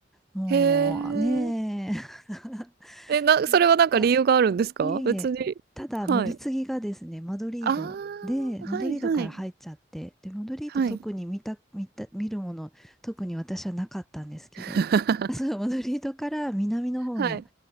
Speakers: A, in the centre; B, on the right.
A: もうねえ、
B: へえ。え、な、
A: <laughs>
B: それはなんか理由があるんですか？
A: あいえいえ、
B: 別に。
A: ただ乗り継ぎがですね、
B: はい。
A: マドリードで、
B: ああ、
A: マドリードから入っちゃって、
B: はいはい。
A: で、マドリード特に見た、
B: はい。
A: 見た、見るもの、特に私はなかったんですけど、
B: <laughs>
A: <laughs> あそう、マドリードから南の方の、
B: はい。